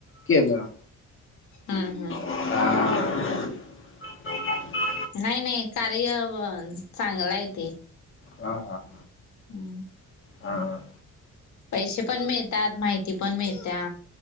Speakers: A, on the left (about 40°); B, on the left (about 65°).
A: केलं
B: हम् हम्
A: ह
B: नाही नाही कार्य चांगलं आहे ते
A: हा हा
B: हम्म
A: हां
B: पैसे पण मिळतात माहिती पण मिळत्या